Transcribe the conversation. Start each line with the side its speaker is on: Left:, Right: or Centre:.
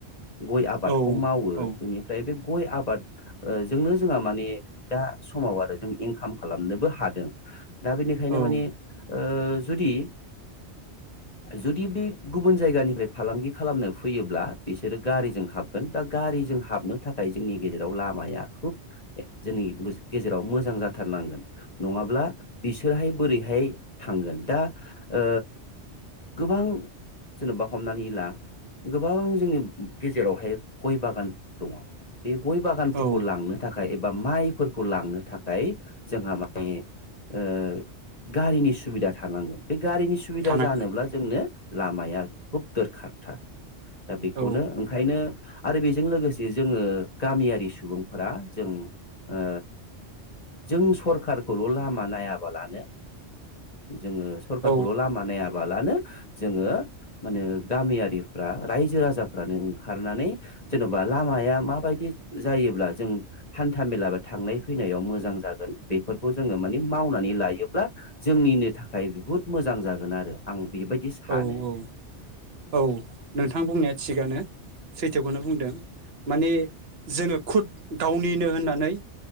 Left: गय आबादखौ
Right: औ
Left: मावो
Right: औ
Left: बेनिफ्राय बे गय आबाद ओ जोंनो जोंहा माने दा समाव आरो जों इंकाम खालामनोबो हादों दा बे बेखायनो
Right: औ
Left: माने ओ जुदि जुदि बे गुबुन जायगानिफ्राय फालांगि खालामनो फैयोब्ला बिसोरो गारिजों हाबगोन दा गारिजों हाबनो थाखाय जोंनि गेजेराव लामाया खुब जोंनि गेजेराव मोजां जाथारनांगोन नंङाब्ला बिस बिसोरहाय बोरैहाय थांगोन दा ओ गोबां जेनेबा हमनानै ला गोबां जोंनि गेजेरावहाय गय बागान दंङ बे गय बागानफोरखौ
Right: औ
Left: लांनो थाखाय एबा बा माइफोरखौ लांनो थाखाय जोंहा माने ओ गारिनि सुबिदा थानांगोन बे गारिनि सुबिदा
Right: थानां
Left: जानोब्ला जोंनो लामाया खुब दरखारथार दा बेखौनो
Right: औ
Left: ओंखायनो आरो बेजों लोगोसे जोङो गामियारि सुबुंफोरा जों ओ जों सरखारखौल लामा नाया बालानो जोङो सरखारखौल
Right: औ
Left: लामा नायाबालानो जोङो मानो गामियारिफ्रा रायजो राजाफ्रानो ओंखारनानै जेनबा लामाया माबायदि जायोब्ला जों हान्था मेला बा थांनाय फैनायाव मोजां जागोन बेफोरखौ जोङो माने मावनानै नै लायोब्ला जोंनिनो थाखाय बहुद मोजां जागोन आरो आं
Right: औ
Left: बेबायदि सानो
Right: औ औ नोंथां बुंनाया थिगानो सैथोखौनो बुंदों माने जोङो खुद गावनिनो होननानै